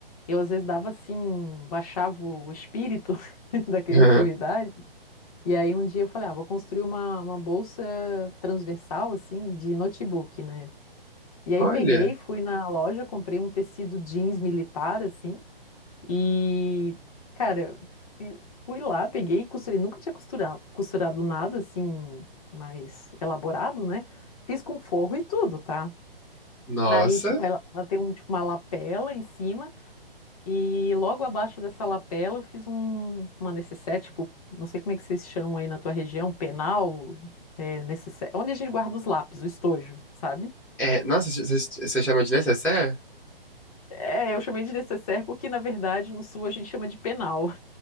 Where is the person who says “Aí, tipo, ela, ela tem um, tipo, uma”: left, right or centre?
Left